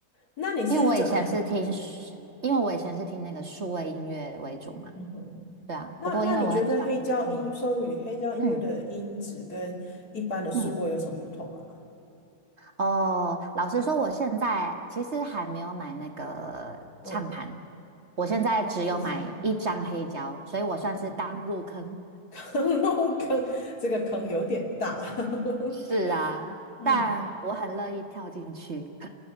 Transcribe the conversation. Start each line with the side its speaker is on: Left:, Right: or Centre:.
Left: 那你是怎么是？
Right: 因为我以前是听数，因为我以前是听那个数位音乐为主嘛。
Left: 嗯哼，
Right: 对啊，
Left: 那那你觉得黑胶音，
Right: 不过因为我很喜欢，嗯
Left: 双语黑胶音乐的音质跟一般的数位有什么不同啊？
Right: 嗯嗯。哦，老实说，我现在其实还没有买那个唱盘，
Left: 嗯，
Right: 我现在只有买一张黑胶，
Left: 是是是，
Right: 所以我算是刚入坑。
Left: 嗯，<laughs> 入坑这个坑有点大，<laughs>
Right: 是啊，
Left: 嗯
Right: 但我很乐意跳进去。